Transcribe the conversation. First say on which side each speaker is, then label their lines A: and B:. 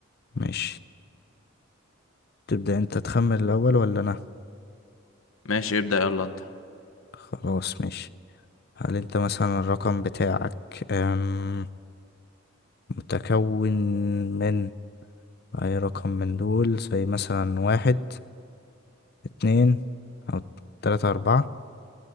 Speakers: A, on the left; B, on the left.
A: ماشي تبدأ انت تخمن الأول ولا أنا؟
B: ماشي ابدأ يلا انت
A: خلاص ماشي هل انت مثلا الرقم بتاعك أم، متكون من أي رقم من دول زي مثلا واحد اتنين أو تلاتة أربعة